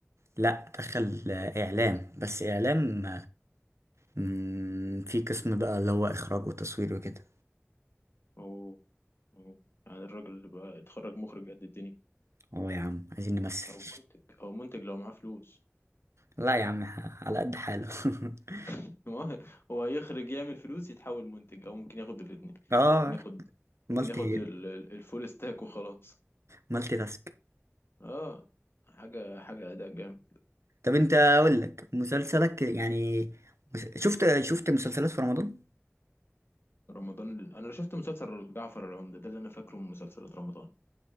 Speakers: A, on the right (about 80°); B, on the left (about 55°).
A: لا دخل اعلام بس اعلام مم، في قسم بقى اللي هو اخراج وتصوير وكده
B: اوه اوه يعني الراجل اللي بقى يتخرج مخرج قد الدنيا
A: اه يا عم عايزين نمثل
B: او منتج او منتج لو معاه فلوس
A: لا يا عم على قد حاله <laughs>
B: <laughs> هو هو هيخرج يعمل فلوس يتحول منتج او ممكن ياخد الاثنين
A: اه
B: ممكن ياخد
A: مالتي
B: ممكن ياخد ال- ال- الفول ستاك وخلاص
A: مالتي تاسك
B: اه حاجه حاجه اداء جامد
A: طب انت اقول لك مسلسلك يعني مس- شفت شفت مسلسلات في رمضان
B: رمضان انا شفت مسلسل جعفر العمدة ده اللي انا فاكره من مسلسلات رمضان